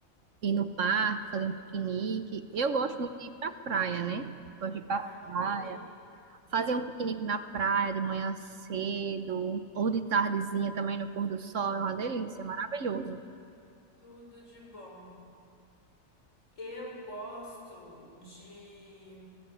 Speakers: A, on the right; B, on the left.
A: Ir no parque, fazer um piquenique. Eu gosto
B: Hum.
A: muito de ir pra praia, né? Gosto de ir
B: Ai,
A: pra
B: que
A: praia.
B: delícia.
A: Fazer um piquenique na praia de manhã cedo, ou de tardezinha também no pôr do sol, é uma delícia, é maravilhoso.
B: Hum, Tudo de bom. Eu gosto de